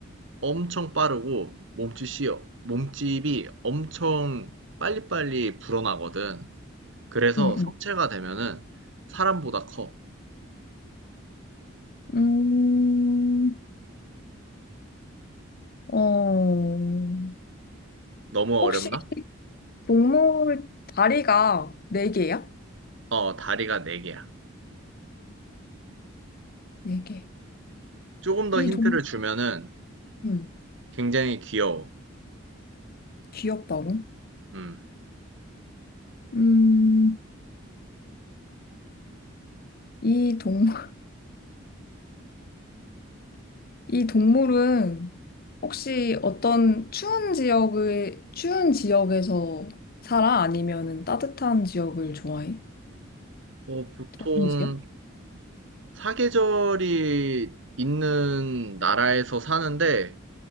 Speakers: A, on the right (about 65°); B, on the left (about 50°).
A: 엄청 빠르고 몸짓이, 몸집이 엄청 빨리빨리 불어나거든. 그래서
B: 응,
A: 성체가 되면은 사람보다 커.
B: 응. 음, 어,
A: 너무 어렵나?
B: 혹시 동물 다리가 네 개야?
A: 어, 다리가 네개야
B: 네 개.
A: 조금 더
B: 이
A: 힌트를
B: 동,
A: 주면은
B: 음,
A: 굉장히 귀여워.
B: 귀엽다고?
A: 음.
B: 음, 이 동, <laughs> 이 동물은 혹시 어떤 추운 지역을, 추운 지역에서 살아? 아니면은 따뜻한 지역을 좋아해?
A: 어, 보통
B: 더운 지역?
A: 사계절이 있는 나라에서 사는데